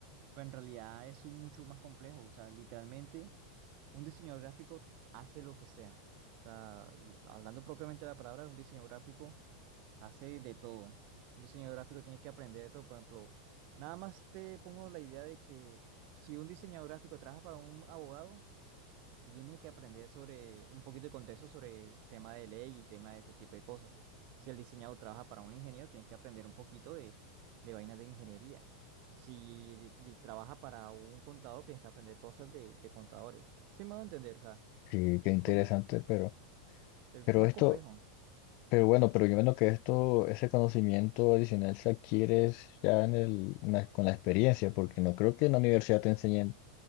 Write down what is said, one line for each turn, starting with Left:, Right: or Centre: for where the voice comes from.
Right: Pero en realidad es un mucho más complejo. O sea, literalmente, un diseñador gráfico hace lo que sea. O sea, l- hablando propiamente de la palabra, un diseño gráfico. Hace de todo. Un diseñador gráfico tiene que aprender de todo. Por ejemplo, nada más te pongo la idea de que si un diseñador gráfico trabaja para un abogado, tiene que aprender sobre un poquito de contexto sobre tema de ley y tema de ese tipo de cosas. Si el diseñador trabaja para un ingeniero, tiene que aprender un poquito de, de vainas de ingeniería. Si di- trabaja para un contador, tienes que aprender cosas de, de contadores. Sí me voy a entender, o sea,
Left: Sí,
Right: es
Left: qué interesante,
Right: como,
Left: pero,
Right: es
Left: pero
Right: más
Left: esto,
Right: complejo.
Left: pero bueno, pero yo menos que esto, ese conocimiento adicional se adquiere es ya en el, en la- con la experiencia, porque no creo que en la universidad te enseñen